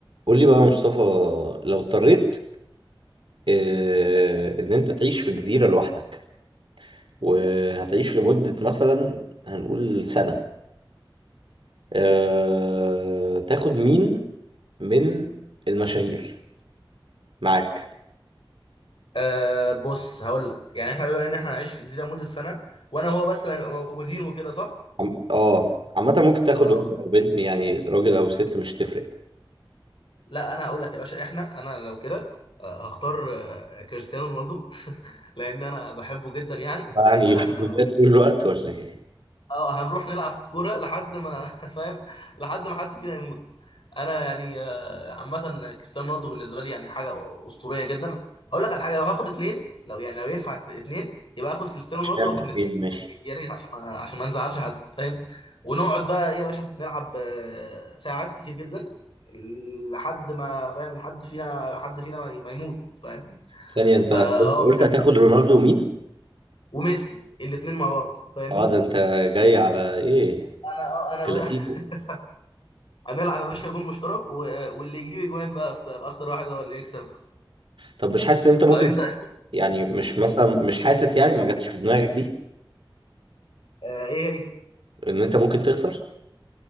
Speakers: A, on the right; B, on the left.
A: قول لي بقى يا مصطفى لو اضطريت آه، ان انت تعيش في جزيرة لوحدك وهتعيش لمدة مثلا هنقول سنة آه، تاخد مين من المشاهير معاك
B: آه بص هقول لك يعني احنا بما ان احنا هنعيش في جزيره مده سنه وانا وهو بس اللي هنبقى موجودين وكده صح؟
A: عم- اه عامة ممكن تاخد
B: آه
A: ولد او بنت يعني راجل او ست مش تفرق
B: لا انا هقول لك يا باشا احنا انا لو كده آه هختار آه كريستيانو رونالدو <laughs> لان انا بحبه جدا يعني
A: يعني
B: آه
A: يحبوا ذات طول الوقت ولا ايه؟
B: اه هنروح نلعب كوره لحد ما <laughs> فاهم لحد ما حد فينا يموت انا يعني آه، عامه كريستيانو رونالدو بالنسبه لي يعني حاجه اسطوريه جدا هقول لك على حاجه لو هاخد اتنين لو يعني لو ينفع اتنين يبقى اخد كريستيانو
A: مش
B: رونالدو
A: عارف
B: واخد ميسي
A: فين ماشي
B: يعني يا ريت عشان ما عشان ما نزعلش حد فاهم ونقعد بقى ايه يا باشا نلعب آه، ساعات كتير جدا لحد ما فاهم لحد فينا لحد فينا ما ما يموت فاهم
A: ثانية انت
B: فا
A: قلت
B: اه
A: قلت
B: يعني
A: هتاخد رونالدو ومين؟
B: وميسي الاتنين مع بعض فاهمني
A: اه ده انت جاي على ايه؟
B: انا اه انا
A: كلاسيكو
B: بقى <laughs> هنلعب يا باشا جون مشترك و... واللي يجيب اجوان بقى في في اخطر واحد هو اللي يكسب
A: طب مش حاسس ان انت ممكن
B: آه، انت
A: تخسر
B: انت-
A: يعني مش مثلا مش حاسس يعني ما جاتش في دماغك دي
B: آه ايه هي
A: ان انت ممكن تخسر